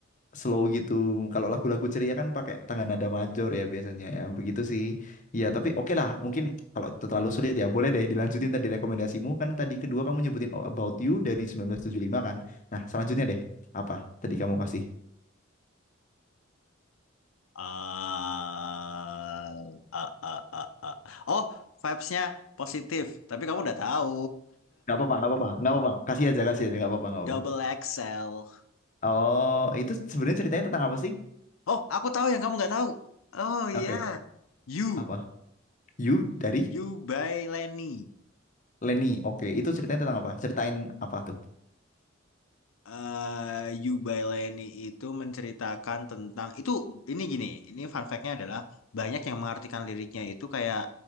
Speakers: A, on the left; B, on the left.
A: slow gitu. Kalau lagu-lagu ceria kan pakai tangga nada major ya biasanya ya, begitu sih. Ya, tapi oke lah, mungkin kalau terlalu sulit ya boleh deh dilanjutin tadi rekomendasimu kan tadi kedua kamu nyebutin All About You dari 1975 kan. Nah, selanjutnya deh apa tadi kamu kasih?
B: Ah, ah, ah, ah, ah. Oh, vibes-nya positif. Tapi kamu udah tahu.
A: Gak apa-apa, gak apa-apa, gak apa-apa. Kasih aja, kasih aja, gak
B: <laughs>
A: apa-apa, gak
B: Double
A: apa-apa.
B: XL.
A: Oh, itu sebenarnya ceritanya tentang apa sih?
B: Oh, aku tahu yang kamu nggak tahu. Oh
A: Oke,
B: iya. You,
A: apa? You dari
B: You by Lenny.
A: Lenny. Oke, itu ceritanya tentang apa? Ceritain apa tuh?
B: eh Yubaileni itu menceritakan tentang itu ini gini ini fun fact-nya adalah banyak yang mengartikan liriknya itu kayak